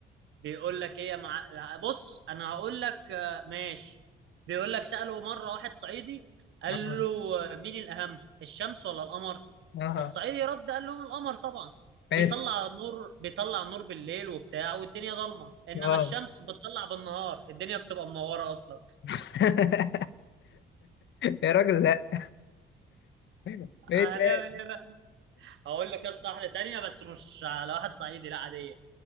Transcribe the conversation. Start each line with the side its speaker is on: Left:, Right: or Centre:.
Right: بيقول لك ايه يا مع... لا، بص انا هقول لك آه، ماشي بيقول لك سأله مرة واحد صعيدي قال
Left: اه
Right: له آه، مين الأهم الشمس ولا القمر
Left: اه
Right: الصعيدي رد قال لهم القمر طبعا
Left: حلو
Right: بيطلع نور بيطلع نور بالليل وبتاع والدنيا ضلمه انما
Left: اه
Right: الشمس بتطلع بالنهار الدنيا بتبقى منوره اصلا
Left: <laughs> يا راجل لا <laughs> ايه تاني؟
Right: هنعمل ايه بقى هقول لك يا اسطى واحده تانيه بس مش على واحد صعيدي لا عاديه